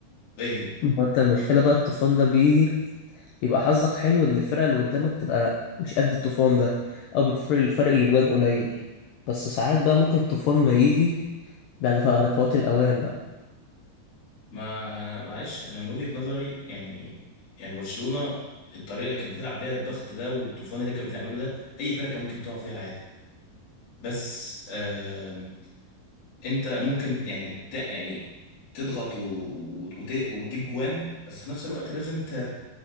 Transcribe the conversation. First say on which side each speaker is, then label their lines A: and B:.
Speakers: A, on the left (about 55°); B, on the left (about 85°).
A: اهجم
B: ما هو انت المشكلة بقى الطوفان ده بيجي يبقى حظك حلو ان الفرقة اللي قدامك تبقى مش قد الطوفان ده او بتفرق الفرق اللي جوان قليل بس ساعات بقى ممكن الطوفان ما يجي بعد ف- بعد فوات الاوان بقى
A: ما معلش انا من وجهه نظري يعني يعني برشلونه الطريقه اللي كانت بتلعب بيها الضغط ده والطوفان اللي كانت بتعمله ده اي فرقه ممكن تقع فيها عادي بس آم، انت ممكن يعني ت- يعني تضغط و- و- وت- وتجيب جوان بس في نفس الوقت لازم ت-